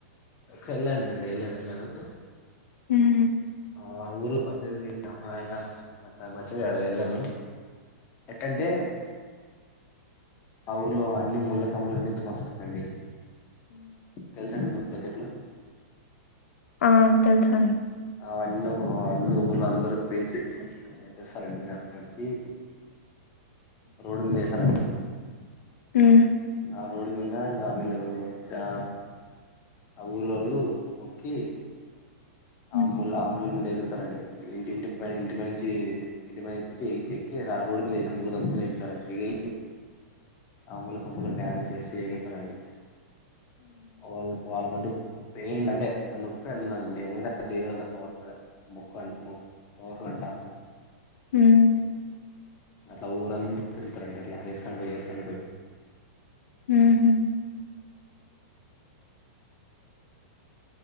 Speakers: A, on the left; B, on the left.
A: సర్లే అండి నేనె వెళ్ళను
B: హుమ్
A: ఆ ఊర్లో పద్దది అ ఇంగ మచ్చ మచ్చవి అవె ఎల్ను ఎక్కంటే ఆ ఊర్లో అన్ని ముళ్లకమ్మలన్నీ తావకొస్తారంండి తెలుసండి మీ బడ్ జట్లా
B: ఆ తెలుసండి
A: అవన్నీ ఒకవ అందరుూ ఊళ్ళ అందరూ ఫసిస్తారండి ఇరక వచ్చి రోడ్ మీద వేస్తర
B: ఉమ్
A: ఆ రోడ్ మింద ఇంక వీళ్ళు దే ఆ ఊరులోళ్ళు మొక్కి
B: ఉమ్,
A: అమూల అమ్ మీద ఎగుడతారండి ఇంటింటి ఇంటిని నుంచి ఇంటి నుంచి ఎక్కి రోడ్ మీద అ మూల కంప మీద ఎక్కుతారండి ఎ ఆ అల కంపులు డ్యాన్స్ వేసి ఎగుడతారండి వాల్ వాల్కంటు పెయిన్ అంటే ఆ నొప్పి అన్నా నుండి దేవుడు అంతా పవర్ఫుల్ మొక్కు పవర్ఫుల్ అంట
B: ఉమ్
A: అట్లా ఊరంత తిరుగుతారండి అట్లా వేసుకొని పోయి వేసుకొని పోయి
B: ఊహు